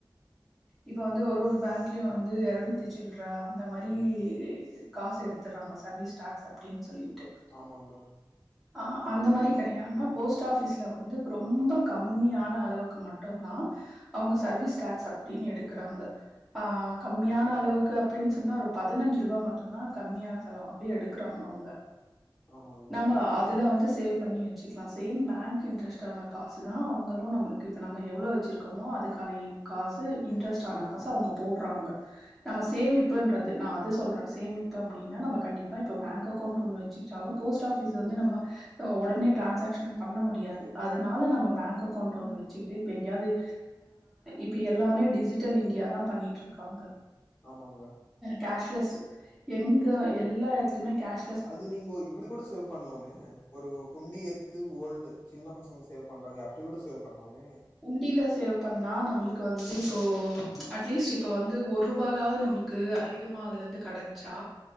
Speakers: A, in the centre; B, on the left.
A: இப்ப வந்து ஒரு ஒரு பேங்க்லியு வந்து எர நூத்தி சில் சில்ற அந்த மாரி காசு எடுத்தறாங்க சர்வீஸ் டேக்ஸ் அப்டின் சொல்லிட்டு
B: ஆமாங்க
A: ஆ அந்த மாரி கெடையாம போஸ்ட் ஆபீஸ்ல வந்து ரொம்ப கம்மியான அளவுக்கு மட்டு தா அவ்ங்க சர்வீஸ் டாக்ஸ் அப்டின்னு எடுக்குறாங்க ஆ கம்மியான அளவுக் க்கு அப்டின்னு சொன்னா ஒரு பதினஞ்சு ருவா மட்டுந்தா கம்மியான செலவாஅப்டியே எடுக்குறாங்க அவங்க
B: ஆமாங்க
A: நாம்ம அதுல வந்து சேவ் பண்ணி வச்சுக்கலா சேம் பேங்க் இன்ட்ரஸ்ட் ஆன காசு தா அவுங்களு நம்ளுக்கு இப்ப நம்ம எவ்ளோ வச்சிருக் கமோ அதுக்கான காசு இன்ட்ரெஸ்ட் ஆன காசு
B: ம்
A: அவங்க போட்றாங்க நம்ம சேமிப்புன்றது நா அது சொல்றே சேமிப்பு அப்டின்னா நம்ம கண்டிப்பா இப்ப பேங்க் அக்கௌண்ட் ஒண்ணு வ ச்சுக்கிட்டாலு போஸ்ட் ஆஃபீஸ் வந்து நம்ம உடனே ட்ரான்சாக்ஷ்ன் பண்ண முடியாது அதனால நம்ம பேங்க் அக்கௌண்ட் ஒன்னு வச்சுக்கிட்டு இப்ப எங்கயாவுது இப்ப எல்லாமே டிஜிட்டல் இன்டியா தா பண்ணிட் இருக்காங்க
B: ஆமாங்க
A: கேஷ்லெஸ் எங்க எல்லா எட்த்துலுமே கேஷ்
B: அது நீங்கோ இப்டி கூட சேவ் பண்லாமே ஒரு உண்டி எத்து ஓல்டு சின்ன பசங்க சேவ் பண்ணுறாங்க அப்டி கூட சேவ் பண்லாமே
A: உண்டில சேவ் பண்ணா நம்மளுக்கு வந்து இப்போ அட்லீஸ்ட் இப்போ வந்து ஒரு ரூபாலாது நம்ளுக் கு அதிகமா அதுல இருந்து கெடச்சா